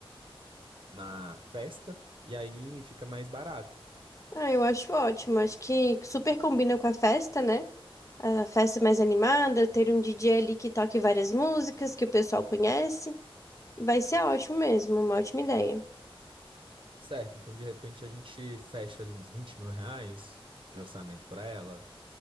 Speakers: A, on the right; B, on the left.
A: na festa, e aí fica mais barato.
B: Ah, eu acho ótimo. Acho que super combina com a festa, né? A festa mais animada, ter um DJ ali que toque várias músicas que o pessoal conhece. Vai ser ótimo mesmo, uma ótima ideia.
A: Certo, então de repente a gente fecha ali uns vinte mil reais de orçamento para ela.